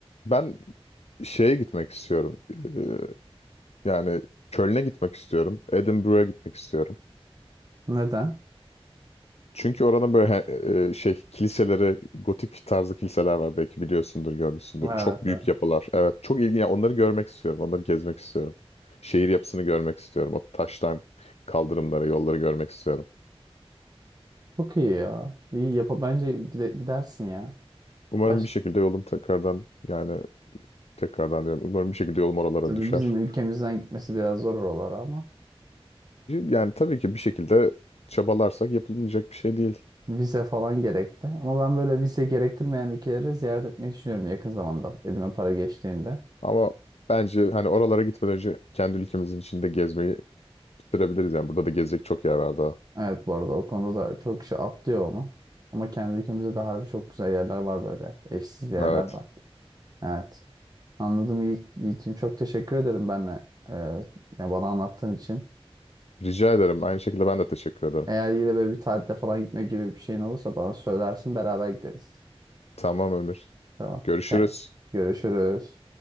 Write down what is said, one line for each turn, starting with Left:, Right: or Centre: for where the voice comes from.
Left: Ben şeye gitmek istiyorum. Ee, yani Köln'e gitmek istiyorum. Edinburgh'a gitmek istiyorum.
Right: Neden?
Left: Çünkü oranın böyle he- e, e, şey kiliseleri, gotik tarzı kiliseler var. Belki biliyorsundur, görmüşsündür.
Right: Evet,
Left: Çok büyük
Right: evet.
Left: yapılar. Evet, çok ilginç. Yani Onları görmek istiyorum. Onları gezmek istiyorum. Şehir yapısını görmek istiyorum. O taştan kaldırımları, yolları görmek istiyorum.
Right: Çok iyi ya. İyi yap bence gide- gidersin ya.
Left: Umarım
Right: Baş
Left: bir şekilde yolum tekrardan yani tekrardan diyorum. Umarım bir şekilde yolum oralara
Right: tabii
Left: düşer.
Right: bizim ülkemizden gitmesi biraz zor olur ama
Left: Yani tabii ki bir şekilde çabalarsak yapılmayacak bir şey değil.
Right: vize falan gerekti. Ama ben böyle vize gerektirmeyen ülkeleri ziyaret etmeyi düşünüyorum yakın zamanda elime para geçtiğinde.
Left: Ama bence hani oralara gitmeden önce kendi ülkemizin içinde gezmeyi bitirebiliriz. Yani burada da gezecek çok yer var daha.
Right: Evet bu arada o konuda da çok kişi atlıyor onu. Ama kendi ülkemizde de harbi çok güzel yerler var böyle. Eşsiz yerler
Left: Evet.
Right: var. Evet. Anladım Yi- Yiğit'ciğim. Çok teşekkür ederim benle. Ee, yani bana anlattığın için.
Left: Rica ederim. Aynı şekilde ben de teşekkür ederim.
Right: Eğer yine böyle bir tatile falan gitme gibi bir şeyin olursa bana söylersin beraber gideriz.
Left: Tamam Ömür.
Right: Tamam.
Left: Görüşürüz.
Right: Tamam. Görüşürüz.